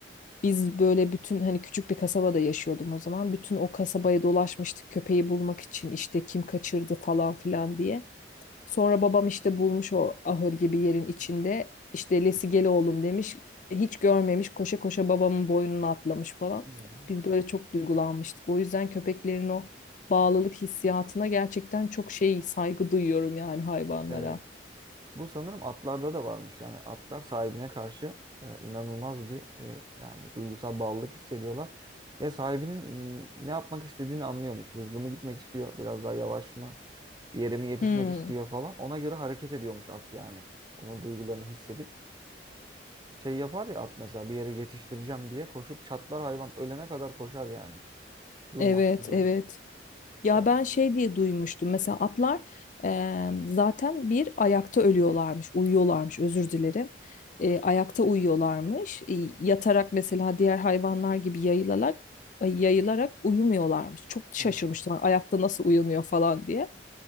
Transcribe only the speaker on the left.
Biz böyle bütün hani küçük bir kasabada yaşıyordum o zaman. Bütün o kasabayı dolaşmıştık köpeği bulmak için işte kim kaçırdı falan filan diye. Sonra babam işte bulmuş o ahır gibi yerin içinde. İşte Lesi gel oğlum demiş. Hiç görmemiş koşa koşa babamın boynuna atlamış falan.
Biz böyle çok duygulanmıştık. O yüzden köpeklerin o bağlılık hissiyatına gerçekten çok şey saygı duyuyorum yani hayvanlara.
Hmm,
evet evet. Ya
ben şey diye duymuştum. Mesela atlar eee, zaten bir ayakta ölüyorlarmış, uyuyorlarmış. Özür dilerim. Eee, ayakta uyuyorlarmış. E, yatarak mesela diğer hayvanlar gibi yayılarak ay- yayılarak uyumuyorlarmış. Çok şaşırmıştım.
Ayakta nasıl uyanıyor falan diye.